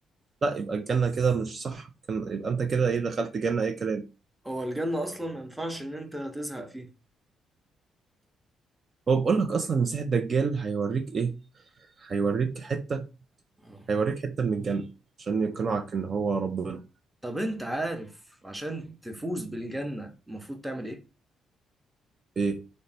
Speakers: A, on the right; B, in the centre.
A: لا يبقى الجنة كده مش صح كان يبقى أنت كده إيه دخلت جنة أي كلام
B: هو الجنة اصلا ما ينفعش ان انت تزهق فيها
A: هو بقول لك أصلا مسيح الدجال هيوريك إيه هيوريك حتة
B: آه.
A: هيوريك حتة من الجنة عشان يقنعك إن هو ربنا
B: طب انت عارف عشان تفوز بالجنة المفروض تعمل ايه؟
A: إيه